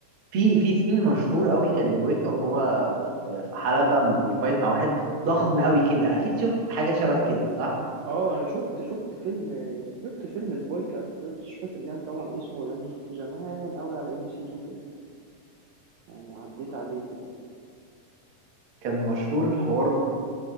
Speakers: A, on the right; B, on the right.
A: في في سين مشهور قوي كان لبويكا وهو في في حلبة بيفايت مع واحد ضخم قوي كده اكيد شفت حاجة شبه كده صح
B: اه انا شفت شفت فيلم شفت فيلم البويكا قبل كده بس مش فاكر يعني طبعا اسمه لانه شفته زمان قوي على ام سي 2 كده يعني عديت عليه كده بس
A: كان مشهور الحوار